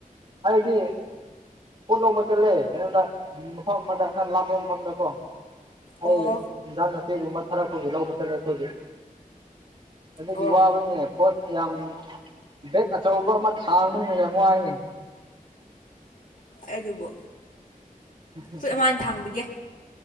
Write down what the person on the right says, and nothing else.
ꯑꯩꯏꯗꯤ ꯄꯣꯠ ꯂꯧꯕ ꯆꯠꯂꯦ ꯀꯩꯅꯣꯗ ꯃꯐꯝ ꯑꯃꯗ ꯈꯔ ꯂꯥꯞꯄ ꯃꯐꯝꯗ ꯀꯣ ꯑꯩ
ꯏꯟꯖꯥꯡ ꯅꯥꯄꯤꯒꯨꯝꯕ ꯊꯥꯔꯛꯄꯒꯤ ꯂꯧꯕ ꯆꯔꯦ ꯑꯩꯈꯣꯏꯗꯤ ꯑꯗꯨꯒꯤ
ꯋꯥꯕꯅꯤꯅꯦ ꯄꯣꯠ ꯌꯥꯝ ꯕꯦꯛ ꯑꯆꯧꯕ ꯑꯃ ꯊꯥꯡꯕꯅꯤꯅ ꯌꯥꯝ ꯋꯥꯏꯅꯤ꯫
ꯎꯝ ꯍꯝ